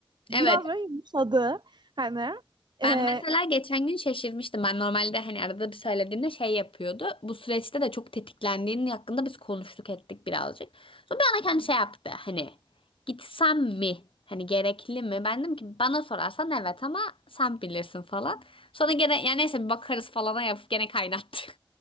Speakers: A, on the right (about 55°); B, on the left (about 70°).
A: biraz
B: Evet
A: böyle yumuşadı. Hani
B: Ben
A: e,
B: mesela geçen gün şaşırmıştım. Ben normalde hani arada bir söylediğimde şey yapıyordu. Bu süreçte de çok tetiklendiğinin hakkında biz konuştuk ettik birazcık. Sonra bir ana kendi şey yaptı. Hani gitsem mi? Hani gerekli mi? Ben dedim ki bana sorarsan evet ama sen bilirsin falan. Sonra gene yani neyse bir bakarız falana yapıp gene kaynattı.